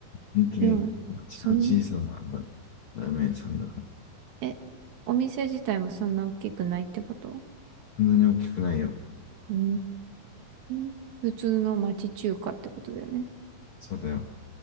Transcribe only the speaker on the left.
本当に、
うちの小さなま
ラーメン屋さんだから。
そんなに大きくないよ。
そうだよ。